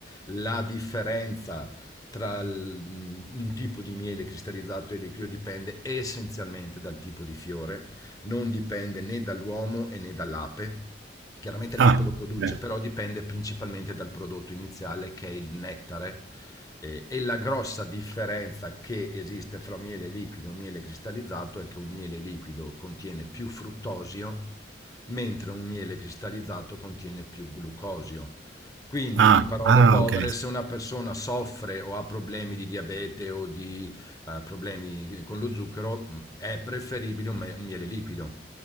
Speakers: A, on the left (about 20°); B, on the right (about 80°).
A: La differenza tra il- un tipo di miele cristallizzato e liquido dipende essenzialmente dal tipo di fiore, non dipende né dall'uomo e né dall'ape. Chiaramente l'ape
B: Ah,
A: lo produce,
B: beh.
A: però dipende principalmente dal prodotto iniziale che è il nettare. Eh, e la grossa differenza che esiste fra un miele liquido e un miele cristallizzato è che un miele liquido contiene più fruttosio, mentre un miele cristallizzato contiene più glucosio. Quindi,
B: Ah,
A: in parole
B: ah,
A: povere,
B: ok,
A: se una persona soffre o ha problemi di diabete o di eh, problemi con lo zucchero, mh, è preferibile un me- un miele liquido